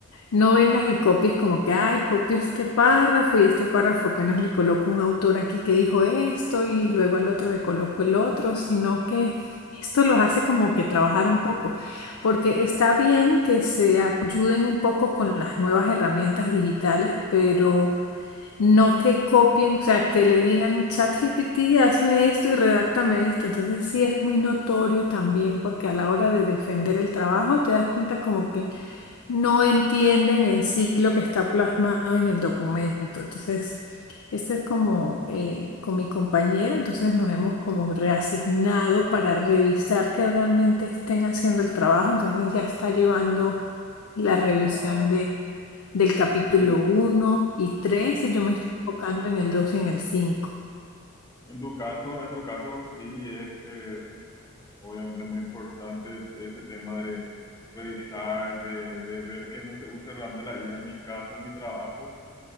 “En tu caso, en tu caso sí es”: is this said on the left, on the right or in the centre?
Left